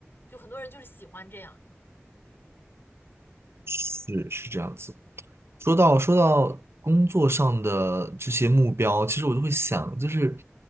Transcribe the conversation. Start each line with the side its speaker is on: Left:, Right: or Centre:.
Left: 就很多人就是喜欢这样，
Right: 是是这样子。说到说到工作上的这些目标，其实我就会想，就是